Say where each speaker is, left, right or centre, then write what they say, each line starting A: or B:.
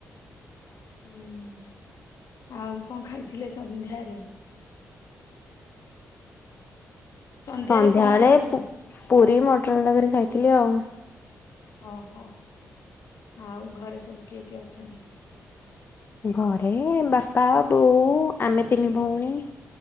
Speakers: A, on the left; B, on the left.
A: ହୁଁ ଆଉ କଣ ଖାଇଥିଲେ ସ ସନ୍ଧ୍ୟାରେ ସନ୍ଧ୍ୟାରେ
B: ସନ୍ଧ୍ୟାବେଳେ
A: କଣ ଖାଇଥିଲେ?
B: ପୁ ପୁରୀ ମଟର ତରକାରି ଖାଇଥିଲି ଆଉ
A: ଓହୋ ଆଉ ଘରେ ସବୁ କିଏ କିଏ ଅଛନ୍ତି?
B: ଘରେ ବାପା ବୋଉ ଆମେ ତିନି ଭଉଣୀ